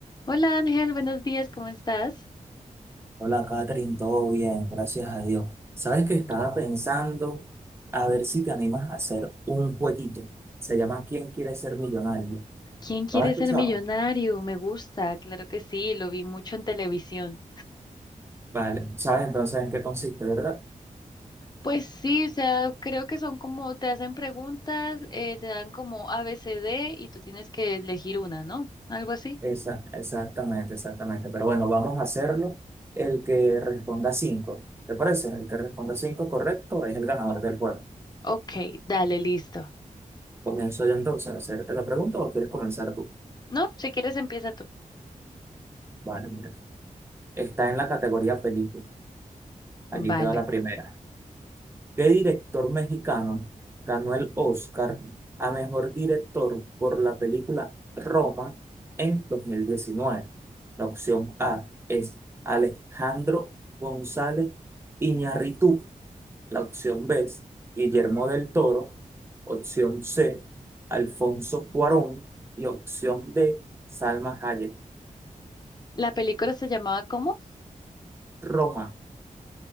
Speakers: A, on the left; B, on the right.
A: Hola Ángel, buenos días, ¿cómo estás?
B: Hola, Catherine, todo bien, gracias a Dios. Sabes
A: Mm.
B: que estaba pensando a ver si te animas a hacer un jueguito. Se llama ¿Quién quiere ser millonario?
A: ¿Quién quiere
B: ¿Lo has escuchado?
A: ser millonario? Me gusta, claro que sí, lo vi mucho en televisión.
B: Vale, sabes entonces en qué consiste, ¿verdad?
A: Pues sí, o sea, creo que son como, te hacen preguntas, eh, te dan como A B C D y tú tienes que elegir una, ¿no? Algo así.
B: Esa, exactamente, exactamente. Pero bueno, vamos a hacerlo. El que responda cinco, ¿te parece? El que responda cinco correcto es el ganador del juego.
A: Ok, dale, listo.
B: Comienzo yo entonces a hacerte la pregunta o quieres comenzar tú.
A: ¿No? Si quieres empieza tú.
B: Vale, mira. Está en la categoría película. Allí
A: Vale.
B: te va la primera. ¿Qué director mexicano ganó el Oscar a mejor director por la película Roma en 2019? La opción A es Alejandro González Iñárritu. La opción B es Guillermo del Toro. Opción C, Alfonso Cuarón. Y opción D, Salma Hayek.
A: ¿La película se llamaba cómo?
B: Roma.